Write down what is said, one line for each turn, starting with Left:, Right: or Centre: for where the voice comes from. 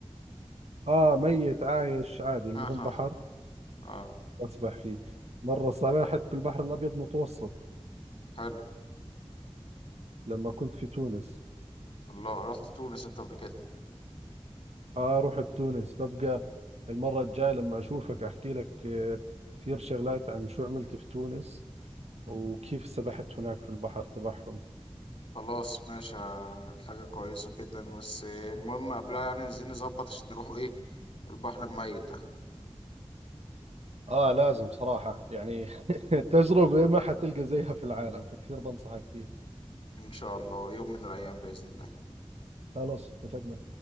Right: آه ميت عايش عادي المهم
Left: <laughs>
Right: بحر
Left: اه
Right: أسبح فيه مرة سبحت في البحر الأبيض المتوسط
Left: حلو
Right: لما كنت في تونس
Left: الله رحت تونس انت قبل كده
Right: آه رحت تونس ببقى المرة الجاية لما أشوفك أحكي لك آه، كثير شغلات عن شو عملت في تونس وكيف سبحت هناك في البحر تبعهم
Left: خلاص ماشي آه، حاجه كويسه جدا بس آه، المهم قبلها يعني عايزين نظبط عشان نروحوا ايه البحر الميت ده
Right: آه لازم صراحة يعني <laughs> تجربة ما حتلقى زيها في العالم فكثير بنصحك فيها
Left: ان شاء الله يوم من الايام باذن الله
Right: خلاص اتفقنا